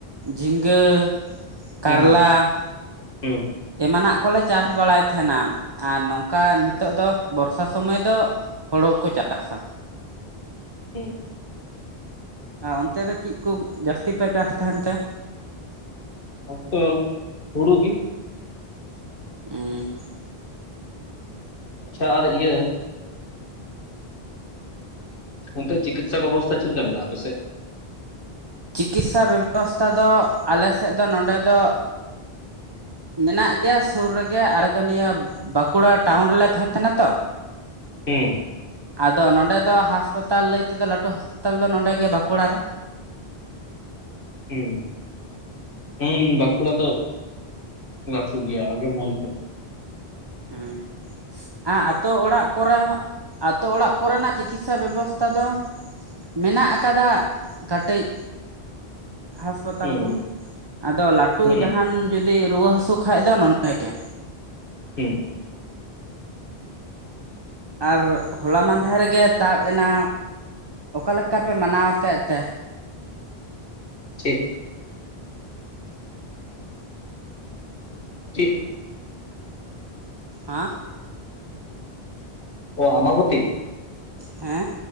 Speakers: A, on the right; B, on the left.
A: ᱡᱷᱤᱸᱜᱟᱹ, ᱠᱟᱨᱞᱟ
B: ᱩᱸ ᱦᱩᱸ
A: ᱮᱢᱟᱱᱟᱜ ᱠᱚᱞᱮ ᱪᱟᱥ ᱵᱟᱲᱟᱭ ᱛᱟᱦᱮᱱᱟ᱾ ᱟᱨ ᱱᱚᱝᱠᱟ ᱱᱤᱛᱚᱜ ᱫᱚ ᱵᱚᱨᱥᱟ ᱥᱩᱢᱟᱹᱭ ᱫᱚ ᱦᱩᱲᱩ ᱠᱚ ᱪᱟᱥᱟ᱾
B: ᱦᱮᱸ
A: ᱟᱨ ᱚᱱᱛᱮ ᱫᱚ ᱪᱮᱫ ᱠᱚ ᱡᱟᱹᱥᱛᱤ ᱯᱮ ᱪᱟᱥ ᱛᱟᱦᱮᱱ ᱛᱮ?
B: ᱚᱠᱛᱚ ᱦᱩᱲᱩ ᱜᱤ᱾
A: ᱩᱢᱸ᱾
B: ᱟᱪᱪᱷᱟ ᱟᱨ ᱤᱭᱟᱹ ᱚᱱᱛᱮ ᱪᱤᱠᱤᱛᱥᱟ ᱵᱮᱵᱚᱥᱛᱷᱟ ᱪᱮᱫᱠᱟ ᱢᱮᱱᱟᱜ-ᱟ ᱟᱯᱮ ᱥᱮᱫ?
A: ᱪᱤᱠᱤᱛᱥᱟ ᱵᱮᱵᱚᱥᱛᱷᱟ ᱫᱚ ᱟᱞᱮᱥᱮᱫ ᱫᱚ ᱱᱚᱸᱰᱮ ᱫᱚ ᱢᱮᱱᱟᱜ ᱜᱮᱭᱟ ᱥᱩᱨ ᱨᱮᱜᱮ ᱟᱞᱮᱚ ᱱᱤᱭᱟᱹ ᱵᱟᱸᱠᱩᱲᱟ ᱴᱟᱣᱩᱱ ᱨᱮᱞᱮ ᱛᱟᱦᱮᱱ ᱛᱟᱦᱮᱱᱟ ᱛᱚ,
B: ᱦᱩᱸ᱾
A: ᱟᱫᱚ ᱱᱚᱸᱰᱮ ᱫᱚ ᱦᱟᱸᱥᱯᱟᱛᱟᱞ ᱞᱟᱹᱭ ᱛᱮᱫᱚ ᱞᱟᱹᱴᱩ ᱦᱟᱥᱯᱟᱛᱟᱞ ᱫᱚ ᱱᱚᱸᱰᱮ ᱜᱮ ᱵᱟᱸᱠᱩᱲᱟ ᱨᱮ᱾
B: ᱦᱩᱸ ᱦᱩᱸᱢ ᱵᱟᱸᱠᱩᱲᱟ ᱫᱚ ᱞᱟᱹᱴᱷᱩ ᱜᱮᱭᱟ ᱟᱸᱜᱚᱢ ᱦᱩᱭ
A: ᱦᱩᱸ ᱟᱨ ᱟᱹᱛᱳ ᱚᱲᱟᱜ ᱠᱚᱨᱮ ᱦᱚᱸ ᱟᱹᱛᱳ ᱚᱲᱟᱜ ᱠᱚᱨᱮᱱᱟᱜ ᱪᱤᱠᱤᱛᱥᱟ ᱵᱮᱵᱚᱥᱛᱷᱟ ᱫᱚ ᱢᱮᱱᱟᱜ ᱟᱠᱟᱫᱟ ᱠᱟᱹᱴᱤᱡ ᱦᱟᱸᱟᱥᱯᱟᱛᱟᱞ
B: ᱦᱩᱸ
A: ᱠᱚ, ᱟᱫᱚ ᱞᱟᱹᱴᱩ
B: ᱦᱩᱸ
A: ᱡᱟᱦᱟᱱ ᱡᱩᱫᱤ ᱨᱩᱣᱟᱹ ᱦᱟᱹᱥᱩ ᱠᱷᱟᱡ ᱫᱚ ᱱᱚᱰᱮ ᱜᱮ᱾
B: ᱦᱩᱸ
A: ᱟᱨ ᱦᱚᱞᱟ ᱢᱟᱦᱫᱮᱨ ᱨᱮᱜᱮ ᱛᱟᱵ ᱮᱱᱟ ᱚᱠᱟ ᱞᱮᱠᱟ ᱯᱮ ᱢᱟᱱᱟᱣ ᱠᱮᱫ ᱛᱮ?
B: ᱪᱮᱫ? ᱪᱮᱫ?
A: ᱦᱟᱸ
B: ᱚ ᱟᱢᱵᱟᱵᱚᱛᱤ᱾
A: ᱦᱮᱸ᱾